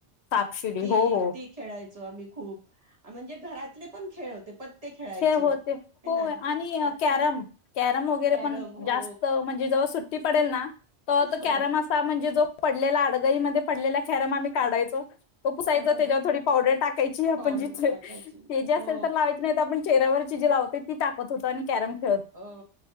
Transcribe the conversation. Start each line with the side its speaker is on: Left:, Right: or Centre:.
Left: सापशिडी
Right: ती
Left: हो हो
Right: ती खेळायत. आम्ही खूप च म्हणजे घरातले पण खेळ होते. पत्ते खेळायचो
Left: हे होते
Right: हे
Left: हो
Right: ना
Left: आणि
Right: तर
Left: कॅरम
Right: ते घरात
Left: कॅरम वगैरे
Right: कॅरम
Left: पण
Right: हो
Left: जास्त म्हणजे जवळ सुट ती पडेल ना त त
Right: हो
Left: कॅरम असा म्हणजे जो पडलेला आडगळीमध्ये पडलेला कॅरम आम्ही काढायचो तो पुसायच
Right: खरंय
Left: त्याच्यावर थोडी पावडर टाकायची आपण
Right: पावडर
Left: जिथले
Right: टाकायची
Left: ते जे असेल
Right: हो
Left: तर लावायचे नाही आपण चेहऱ्यावरची जी लावायचो ती टाकत हो आणि कॅरम खे
Right: अ हो